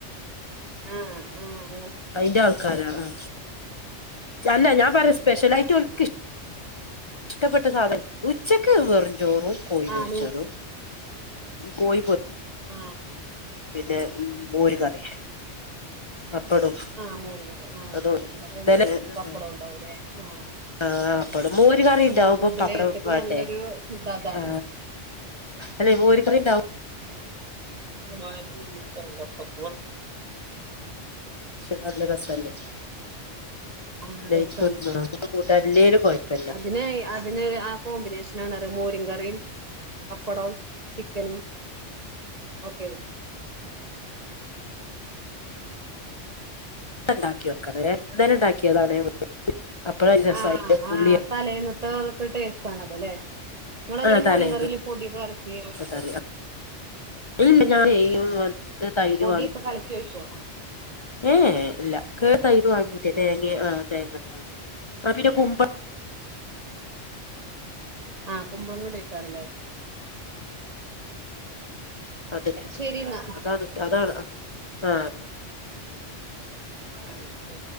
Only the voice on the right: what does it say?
ഉം ഉം
ആഹ്
ആ
ആഹ് മോര് കറി ആഹ്
നല്ല കോമ്പിനേഷൻ പപ്പടം ഉണ്ടാവൂലേ ആഹ്
നമ്മളെ ഫുഡില്
ഏറ്റക്കും
നല്ലൊരു ഫുഡ് അതാണ്
പക്ക
ആ
രസമാണ്
അതിനെ പിന്നെ ആ കോമ്പിനേഷന ആണ അ മോരി കറിയും പപ്പടവും ചിക്കനും ഓക്കെ
ആ ആ
തലേന്നത്ത അതൊക്കെ ടേസ്റ്റ് ആണതല്ലെ നിങ്ങളങ്ങനെ
മോര്
കറിൽ പൊടിയൊക്കെ കളിക്ക
പൊടിയൊക്കെ
കലക്കി വെക്കോ
കറി
വെക്കൂലേ
ആ ആഹ് കുമ്പളടേക്കാരല്ലേ
ശരിന്നാ
ആ ശരി